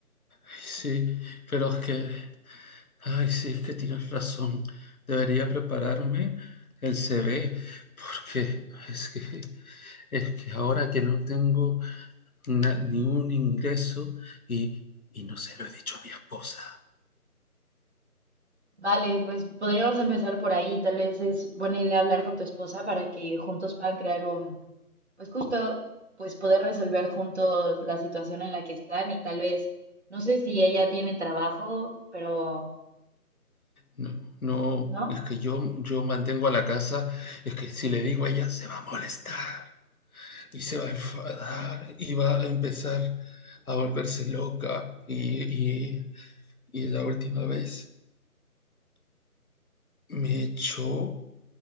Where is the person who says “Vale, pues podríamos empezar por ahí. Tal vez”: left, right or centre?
Right